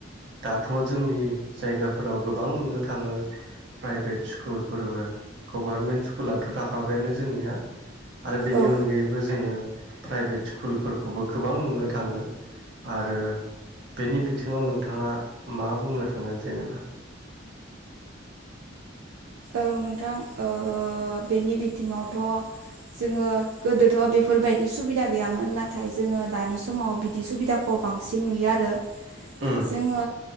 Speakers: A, on the right; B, on the right.
A: दाथ' जोंनि जायगाफोराव गोबां नुनो थाङो प्राइभेट स्कुलफोरबो गभारमेन्ट स्कुलाथ' थाखाबायानो जोंनिया आरो बेनि
B: औ
A: अनगायैबो जोङो प्राइभेट स्कुलफोरखौबो गोबां नुनो थाङो। आरो बेनि बिथिङाव नोंथाङा मा बुंनो थांगोन जेनेबा?
B: औ नोंथां अह बेनि बिथिङावथ' जोङो गोदोथ' बेफोरबायदि सुबिदा गैयामोन नाथाय जोङो दानि समाव बिदि सुबिदाखौ खौ बांसिन नुयो आरो
A: उम
B: जोङो